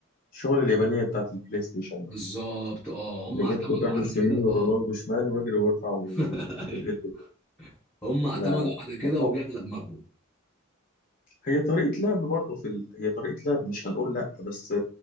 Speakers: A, on the left; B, in the centre.
A: الشغل اليابانية بتاعت البلاي ستيشن
B: بالظبط
A: ده
B: اه هم
A: روبرتو
B: اعتمدوا
A: كارلوس
B: على كده
A: يمين ورونالدو
B: اه
A: شمال واجري وارفع و-
B: <laughs>
A: وبالهيد جول
B: هم اعتمدوا
A: لا لا
B: على كده
A: ما هو-
B: وجه على دماغهم
A: هي طريقة لعب برضه في ال... هي طريقة لعب مش هنقول لا بس